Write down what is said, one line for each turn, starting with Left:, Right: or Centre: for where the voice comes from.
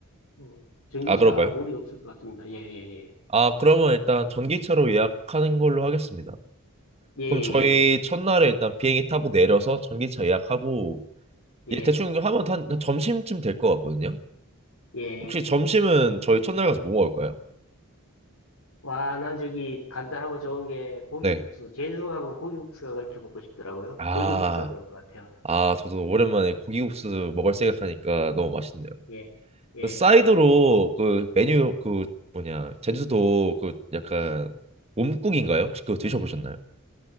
Left: 음, 전기차
Right: 아 그런가요?
Left: 무리 없을 것 같습니다. 예, 예,
Right: 아 그러면 일단 전기차로 예약하는 걸로 하겠습니다.
Left: 예. 예,
Right: 그럼 저희
Left: 예,
Right: 첫날에 일단 비행기 타고 내려서 전기차 예약하고
Left: 예,
Right: 예
Left: 예.
Right: 대충 하면 한, 한 점심쯤 될 것 같거든요.
Left: 예, 예.
Right: 혹시 점심은 저희 첫날 가서 뭐 먹을까요?
Left: 와, 난 저기 간단하고 좋은 게 고기국수.
Right: 네.
Left: 제주 가면 고기국수가 그렇게 먹고 싶더라고요.
Right: 아,
Left: 고기국수가 좋을 것 같아요.
Right: 아
Left: 예.
Right: 저도 오랜만에 고기국수 먹을 생각하니까 너무 맛있네요.
Left: 예, 예.
Right: 그 사이드로 그 메뉴 그 뭐냐 제주도 그 약간 몸국인가요? 혹시 그거 드셔보셨나요?